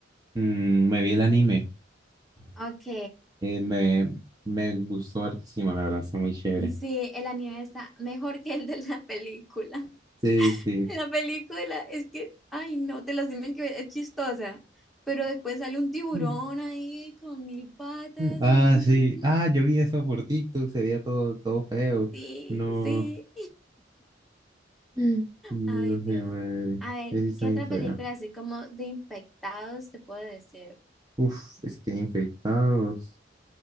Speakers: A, on the right; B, in the centre.
A: mm, me vi el anime.
B: Ok.
A: eh, me, me gustó hartísimo, la verdad, está muy chévere.
B: Sí, el anime está mejor que el de la película. <laughs>
A: Sí, sí.
B: En la película es que, ay no, te las tienen que ver, es chistosa. Pero después sale un tiburón
A: Mm.
B: ahí con mil patas
A: Ah,
B: y
A: sí. Ah, yo vi eso por TikTok, se veía todo, todo feo.
B: <laughs> sí,
A: No.
B: sí.
A: Mm. No,
B: Ay Dios.
A: qué madre.
B: A ver,
A: Eso está
B: ¿qué
A: bien
B: otra
A: feo.
B: película así como de infectados te puedo decir?
A: Uf, es que infectados,